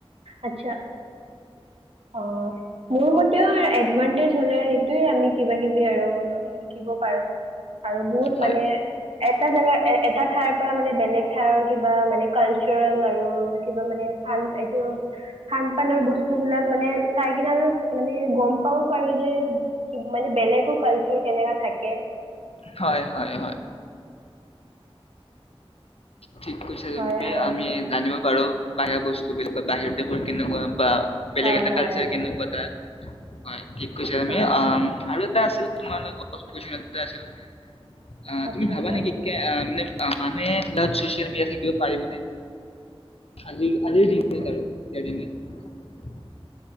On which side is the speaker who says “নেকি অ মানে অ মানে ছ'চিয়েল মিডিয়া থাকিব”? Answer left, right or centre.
Left